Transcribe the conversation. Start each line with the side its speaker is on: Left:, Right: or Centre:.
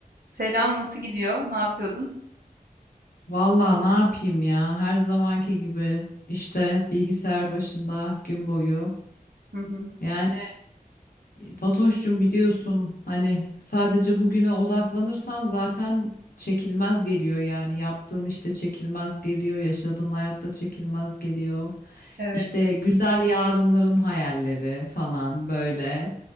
Right: Selam, nasıl gidiyor? Ne yapıyordun?
Left: Vallahi ne yapayım ya her zamanki gibi işte bilgisayar başında gün boyu.
Right: Hı hı.
Left: Yani Fatoş'cum biliyorsun hani sadece bugüne odaklanırsan zaten çekilmez geliyor yani yaptığın işte çekilmez geliyor, yaşadığın hayatta çekilmez geliyor.
Right: Evet,
Left: İşte güzel yarınların hayalleri falan böyle.